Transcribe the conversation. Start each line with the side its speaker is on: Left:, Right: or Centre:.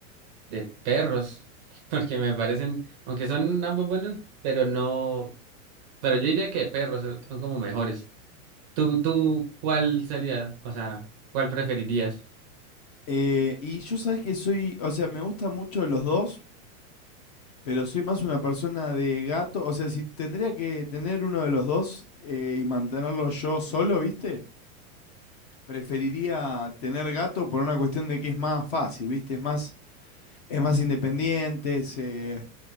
Right: de perros, <laughs> porque me parecen, aunque son ambos buenos, pero no. Pero yo diría que perros eh, son como mejores. ¿Tú, tú cuál sería? O sea, ¿cuál preferirías?
Left: Eh, y yo sabes que soy, o sea, me gustan mucho los dos, Pero soy más una persona de gato. O sea, si tendría que tener uno de los dos eh, y mantenerlo yo solo, ¿viste? Preferiría tener gato por una cuestión de que es más fácil, ¿viste? Es más, es más independiente, se-